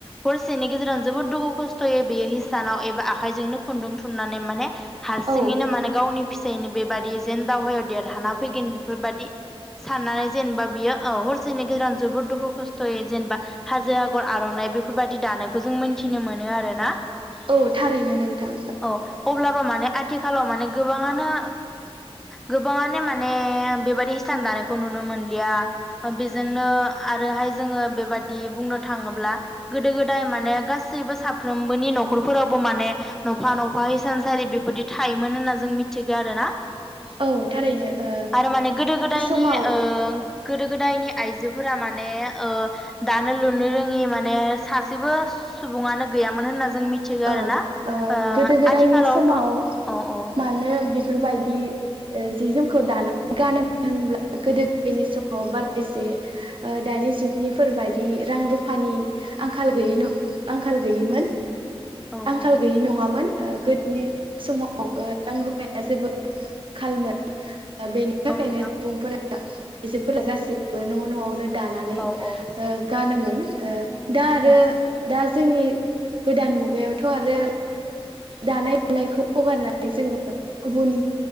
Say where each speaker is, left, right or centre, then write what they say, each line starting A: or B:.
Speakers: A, in the centre; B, on the right (about 55°).
A: हरसे सेनि गेजेराव जोबोद दुखु खस्थ'यै बेयो हिसानाव एबा आखाइजोंनो खुन्दुं थुननानै माने हारसिङैनो
B: औ
A: माने गावनि फिसानो बेबादि जेन दावहायाव देरहाना फैगोन बेफोरबायादि साननानै जेनेबा बियो हरसेनि गेजेराव जोबोद दुखु खस्थ'यै जेनेबा हाजो आगर आर'नाइ बेफोरबायदि दानायखौ जों मिन्थिनो मोनो आरोना
B: औ थारैनो नोंथां
A: औ अब्लाबो माने आथिखालाव माने गोबाङानो गोबाङानो माने बेबादि हिसान दानायखौ नुनो नुनो मोनलिया बेजोंनो आरोहाय जोङो बेबादि बुंनो थाङोब्ला गोदो गोदाय माने गासैबो साफ्रोमबोनि न'खरफोरावबो माने नफा नफा इसानसारि बे बिदि थायोमोन होनना जों मिथिगौ आरो ना
B: ओ औ थारैनो ओ
A: आरो माने गोदो गोदायनि
B: समाव
A: गोदो गोदायनि आइजोफोरा माने दानो लुनो रोङि माने सासेबो सुबुङानो गैयामोन होनना जों मिथिगौ
B: औ
A: आरो ना ओ
B: गोदो गोदायनि
A: आथिखालावथ'
B: समाव
A: औ औ
B: मानो बेफोरबायदि जि जोमखौ दानानै गानोमोन होनब्ला गोदो गोनि समाव बारा एसे दानि जुगनिफोर बाददि रां रुफानि आंखालय आंखाल गैयिमोन।
A: औ
B: आंखाल
A: औ
B: गैयि नङामोन। गोदोनि समाव रां रुफाया जोबोद आंखालमोन। बेनि थाखायनो
A: औ नोंथां
B: सुबुंफोरा आइजोफोरा गासैबो न' न'आवनो दानानै
A: औ औ
B: गानोमोन दा आरो
A: औ
B: दा जोंनि गोदान मुगायाव बेयावथ' आरो दानाय लुनायखौ हगारनानै जोङो गुबुन